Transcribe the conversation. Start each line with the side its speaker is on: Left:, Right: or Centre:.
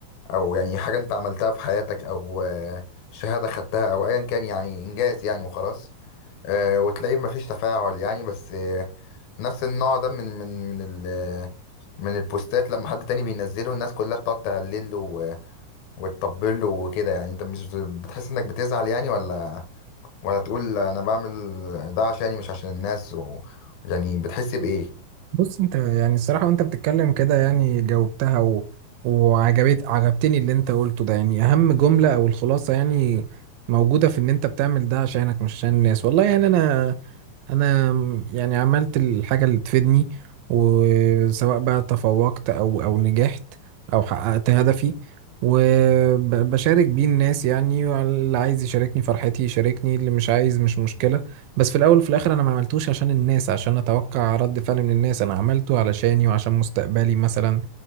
Left: او يعني حاجه انت عملتها في حياتك او آه، شهاده خدتها او ايا كان يعني انجاز يعني وخلاص آه، وتلاقيه مفيش تفاعل يعني بس آه، نفس النوع ده من من من ال من البوستات لما حد تاني بينزله الناس كلها بتقعد تهلل له و- وتطبل له وكده يعني انت مش بتحس انك بتزعل يعني ولا ولا تقول انا بعمل ده عشاني مش عشان الناس و يعني بتحس بإيه؟
Right: بص انت يعني الصراحة وانت بتتكلم كده يعني جاوبتها و... وعجبت عجبتني اللي انت قلته ده يعني اهم جملة او الخلاصة يعني موجودة في ان انت بتعمل ده عشانك مش عشان الناس والله يعني انا انا يعني عملت الحاجة اللي تفيدني وسواء بقى تفوقت او او نجحت او حققت هدفي وبشارك بيه الناس يعني اللي عايز يشاركني فرحتي يشاركني اللي مش عايز مش مشكلة بس في الاول وفي الاخر انا ما عملتوش عشان الناس عشان اتوقع رد فعل من الناس انا عملته علشاني وعشان مستقبلي مثلا